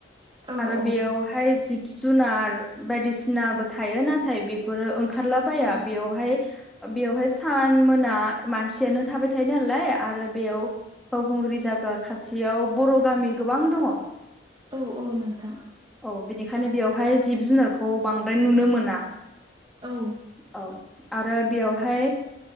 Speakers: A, on the right; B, in the centre.
A: औ
B: आरो
A: औ
B: बेयाव बाय जिब जुनार बायदिसिनाबो थायो। नाथाय बेफोरो खारलाबाया
A: औ
B: बेयावहाय बेवहाय सान मोना मानसियानो थाबाय थायो नालाय। आरो बेयाव फावखुंग्रि जागा खाथियाव बर' गामि गोबां दङ।
A: औ औ नोंथां।
B: औ। बेनिखायनो बेवहाय जिब जुनारखौ बांद्राय नुनो मोना।
A: औ।
B: औ आरो बेयावहाय